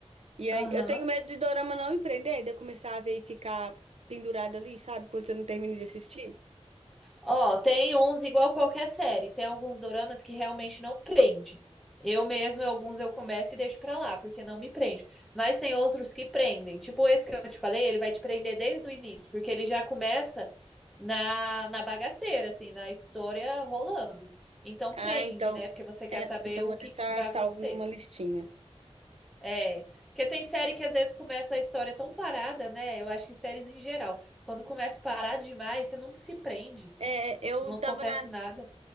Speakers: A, on the right; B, in the centre.
A: E
B: Aham.
A: aí, eu tenho medo de dorama não me prender, de eu começar a ver e ficar pendurada ali, sabe? Quando você não termina de assistir.
B: Ó, tem uns igual qualquer série. Tem alguns doramas que realmente não prende. Eu mesma, alguns eu começo e deixo pra lá, porque não me prende. Mas tem outros que prendem. Tipo esse que eu te falei, ele vai te prender desde o início, porque ele já começa na, na bagaceira, assim, na história rolando. Então
A: Ah,
B: prende,
A: então.
B: né? Porque você quer
A: É,
B: saber
A: então
B: o
A: vou
B: que
A: deixar
B: vai
A: salvo
B: acontecer.
A: numa listinha.
B: É, porque tem série que às vezes começa a história tão parada, né? Eu acho que séries em geral, quando começa parado demais, você não se prende,
A: É, eu
B: não acontece
A: tava na,
B: nada.